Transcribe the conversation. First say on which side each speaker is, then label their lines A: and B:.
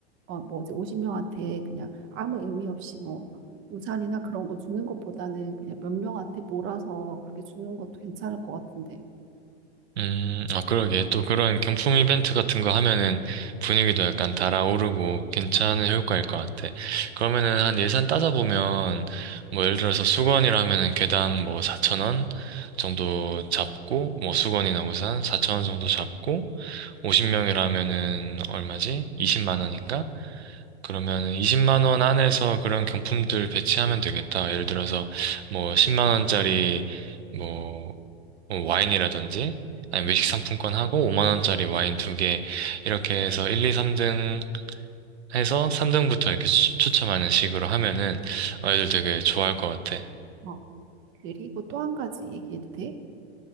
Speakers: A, on the right (about 40°); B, on the right (about 80°).
A: 어, 뭐지, 50명한테 그냥 아무 의미 없이 뭐, 우산이나 그런 거 주는 것보다는 그냥 몇 명한테 몰아서 그렇게 주는 것도 괜찮을 것 같은데.
B: 음, 아, 그러게. 또 그런 경품 이벤트 같은 거 하면은 분위기도 약간 달아오르고 괜찮은 효과일 것 같아. 그러면은 한 예산 따져보면, 뭐 예를 들어서 수건이라면은 개당 뭐4천원 정도 잡고, 뭐 수건이나 우산 4천원 정도 잡고, 50명이라면은 얼마지? 20만 원인가? 그러면은 20만 원 안에서 그런 경품들 배치하면 되겠다. 예를 들어서 뭐 10만 원짜리 뭐 어, 와인이라든지 아니 외식 상품권 하고 5만 원짜리 와인 두 개 이렇게 해서 1, 2, 3등 해서 3등부터 이렇게 추- 추첨하는 식으로 하면은 아이들 되게 좋아할 것 같아.
A: 어, 그리고 또 한 가지 얘기해도 돼?